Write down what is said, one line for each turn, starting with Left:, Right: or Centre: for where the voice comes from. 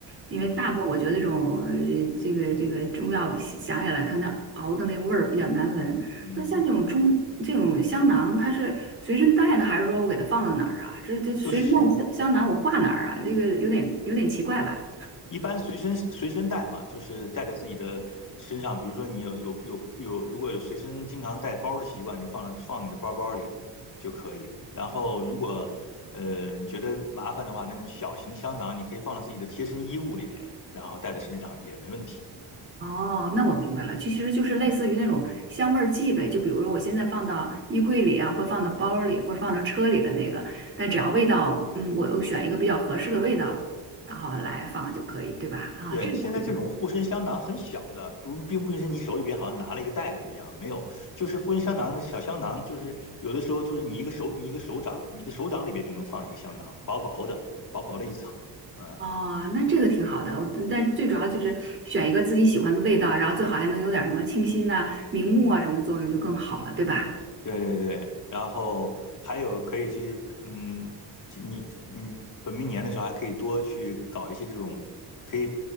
Right: 因为大部分我觉得这种呃这个这个中药想起来，
Left: 嗯
Right: 它那熬的那个味儿比较难闻。
Left: 嗯，
Right: 那像这种中这种香囊，它是随身带呢，还是说我给它放到哪儿啊？这这随身带香香囊我挂哪儿啊？
Left: 就是。
Right: 这个有点有点奇怪吧？
Left: 一般随身随身带嘛，就是带着自己的身上，比如说你有有有有，如果有随身经常带包的习惯，你就放放你的包包里就可以。然后如果呃你觉得麻烦的话，那种小型香囊你可以放到自己的贴身衣物里边，然后带在身上也没问题。
Right: 哦，那我明白了，就其实就是类似于那种香味儿剂呗，
Left: 嗯
Right: 就比如说我现在放到衣柜里啊，或放到包里，或者放到车里的那个，但只要味道，
Left: 嗯。
Right: 嗯，我我选一个比较合适的味道，然后来放就可以，对吧？啊，
Left: 对，
Right: 这个我明白
Left: 现在这种护身香囊很小的，不，并不是你手里边好像拿了一个袋子一样，没有，就是护身香囊的小香囊，就是有的时候就是你一个手，你一个手掌，你的手掌里边就能放一个香囊，薄薄的，薄薄的一层，啊。
Right: 哦，那这个挺好的，我但最主要就是选一个自己喜欢的味道，然后最好还能有点儿什么清新呐、明目啊什么作用就更好了，对吧？
Left: 对对对，然后还有可以去，嗯，去你你本命年的时候还可以多去搞一些这种，可以